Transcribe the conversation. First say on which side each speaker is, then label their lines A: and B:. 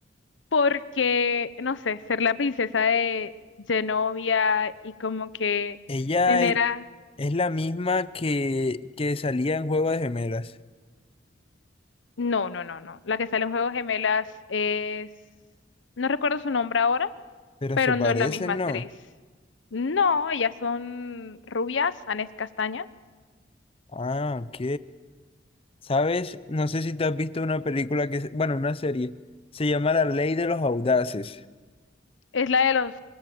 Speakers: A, on the left; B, on the left.
A: porque, no sé, ser la princesa de Genovia y como que
B: Ella
A: tener
B: es,
A: a...
B: es la misma que, que salía en Juego de Gemelas.
A: No, no, no, no. La que sale en Juegos Gemelas es... No recuerdo su nombre ahora,
B: Pero
A: pero
B: se parecen,
A: no es la misma actriz.
B: ¿no?
A: No, ellas son rubias, Anés Castaña.
B: Ah, ok. ¿Sabes? No sé si te has visto una película que... se- Bueno, una serie. Se llama La Ley de los Audaces.
A: Es la de los...